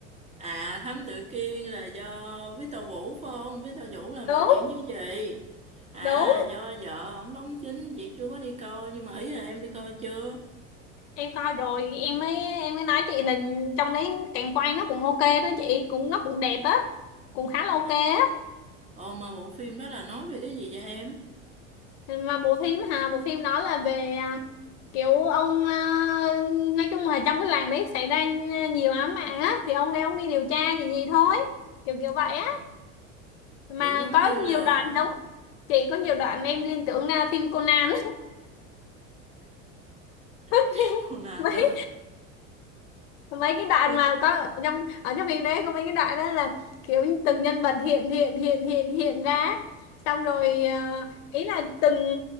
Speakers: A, on the right; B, on the left.
A: À Thám Tử Kiên là do Victor Vũ phải không? Victor Vũ làm
B: đúng
A: đạo diễn như vậy. À
B: đúng
A: do vợ ổng đóng chính chị chưa có đi coi nhưng mà ý là em đi coi chưa?
B: em coi rồi em mới em mới nói chị là trong đấy cảnh quay nó cũng ok đó chị cũng nó cũng đẹp á cũng khá là ok
A: Ồ,
B: á
A: ồ mà bộ phim đó là nói về cái gì vậy em?
B: mà bộ phim hà bộ phim đó là về à, kiểu ông à, nói chung là trong cái làng đấy xảy ra à, nhiều án mạng á thì ông đây ông đi điều tra gì gì thôi kiểu kiểu vậy á
A: Ờ,
B: mà
A: kiểu giống
B: có
A: như là
B: nhiều đoạn giống chị có nhiều đoạn em liên tưởng là phim Conan <laughs>
A: <laughs> Conan
B: mấy
A: luôn.
B: mấy cái đoạn
A: Cô.
B: mà có ở trong ở trong phim đấy có mấy cái đoạn đó là kiểu như từng nhân vật hiện hiện hiện hiện hiện ra xong rồi ờ, ý là từng